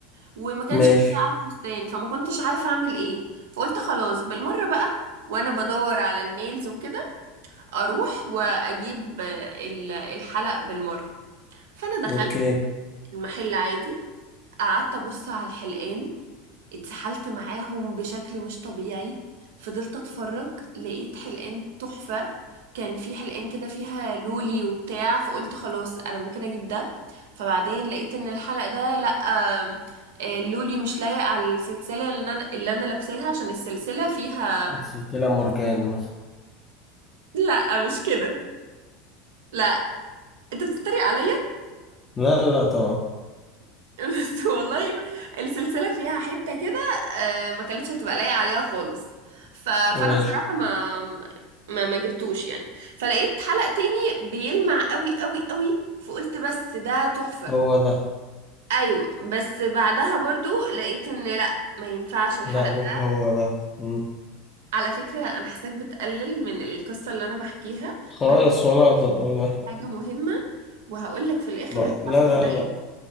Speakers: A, on the right; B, on the left.
A: وما كانش
B: ماشي
A: فيه على الفستان فما كنتش عارفه اعمل ايه فقلت خلاص بالمره بقى وانا بدور على النيلز وكده اروح واجيب آه، ال- الحلق بالمره فانا دخلت
B: اوكي
A: المحل عادي قعدت ابص على الحلقان اتسحلت معاهم بشكل مش طبيعي فضلت اتفرج لقيت حلقان تحفة كان في حلقان كده فيها لولي وبتاع فقلت خلاص انا ممكن اجيب ده فبعدين لقيت ان الحلقة ده لا آم، آه، اللولي مش لايق على السلسلة اللي انا اللي انا لابساها عشان السلسلة فيها
B: سلسلة مورجان مثلا
A: لا مش كده لا انت بتتريق عليا
B: لا لا طبعا
A: <laughs> بس والله السلسلة فيها حتة كده آه، ما كانتش هتبقى لايقة عليها خالص ف... فأنا
B: ماشي
A: بصراحة ما ما ما جبتوش يعني فلقيت حلقة تاني بيلمع قوي قوي قوي فقلت بس ده تحفة
B: هو ده
A: أيوة بس بعدها برضو لقيت إن لأ ما ينفعش الحلقة
B: لا مش
A: ده
B: هو ده مم.
A: على فكرة أنا حاساك بتقلل من القصة اللي أنا بحكيها
B: خالص
A: وأنا
B: ولا اقدر والله
A: حاجة مهمة وهقولك في الآخر
B: ما
A: اللي
B: لا
A: حصل معايا
B: لا لا